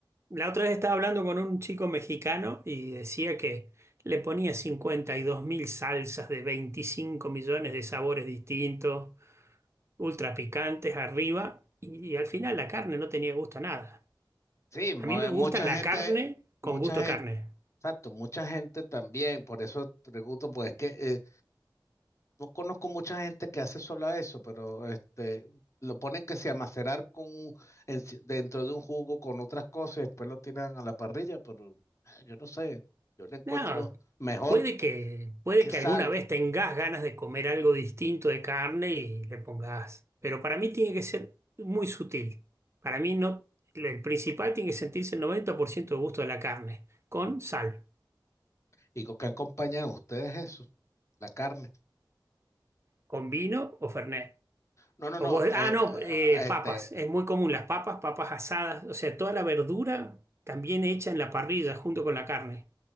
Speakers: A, on the right; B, on the left.
A: la otra vez estaba hablando con un chico mexicano y decía que le ponía cincuenta y dos mil salsas de 25 millones de sabores distintos, ultra picantes arriba, y, y al final la carne no tenía gusto a nada.
B: Sí, mu-
A: A mí me
B: eh,
A: gusta
B: mucha
A: la
B: gente,
A: carne con
B: mucha
A: gusto a
B: gente,
A: carne.
B: exacto, mucha gente también, por eso pregunto, pues es que eh, no conozco mucha gente que hace solo eso, pero este, lo ponen que se a con, en- si, dentro de un jugo con otras cosas y después lo tiran a la parrilla, pero ah, yo no sé, yo le encuentro
A: No,
B: mejor
A: Puede que, puede
B: que
A: que
B: sal.
A: alguna vez tengas ganas de comer algo distinto de carne y le pongas, pero para mí tiene que ser muy sutil. Para mí no, el principal tiene que sentirse el 90% de gusto de la carne, con sal,
B: ¿Y con qué acompañan ustedes eso? La carne.
A: con vino o fernet.
B: No, no,
A: O
B: no.
A: vos-
B: et-
A: ah, no, eh,
B: Este,
A: papas. Es muy común las papas, papas asadas, o sea, toda la verdura también hecha en la parrilla junto con la carne.